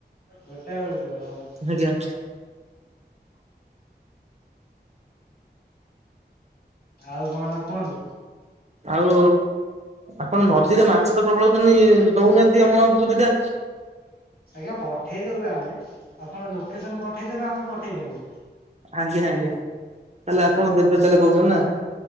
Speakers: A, on the left (about 60°); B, on the right (about 40°).
A: ଗୋଟାଏ ବେଳକୁ ଓ
B: ଆଜ୍ଞା।
A: ଆଉ କଣ କୁହନ୍ତୁ?
B: ଆଉ ଆପଣ ନଦୀରେ ମାଛ ତ ପ୍ରବଳ ହଉଛନ୍ତି ଦଉନାହାନ୍ତି ଆମ ଆମକୁ ଦିଟା।
A: ଆଜ୍ଞା ପଠେଇଦବୁ ଆମେ ଆପଣ ଲୋକେସନ୍ ପଠେଇଦେବେ ଆମେ ପଠେଇଦବୁ।
B: ଆଜ୍ଞା ଆଜ୍ଞା ତାହେଲେ ଆପଣ ଦେବେ ତାହେଲେ କହୁଛନ୍ତି ନା?